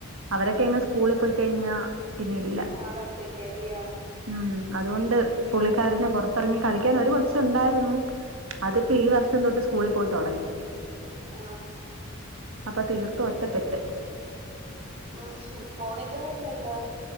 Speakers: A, on the right (about 75°); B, on the right (about 30°).
A: അവരൊക്കെയങ്ങ് സ്കൂളിൽ പോയി കഴിഞ്ഞാ പിന്നെ ഇല്ല
B: ആളൊറ്റക്കാ അല്ലയോ
A: ഉം അതുകൊണ്ട് പുള്ളിക്കാരന് പൊറത്തിറങ്ങി കളിക്കാനൊരു കൊച്ച് ണ്ടായിരുന്നു അതിപ്പൊ ഈ വർഷം തൊട്ട് സ്കൂളി പോയി തൊടങ്ങി.
B: ആ
A: അപ്പൊ തീർത്ത് ഒറ്റപ്പെട്ട്
B: ആഷി ഫോണേ കളിയൊക്കെണ്ടോ?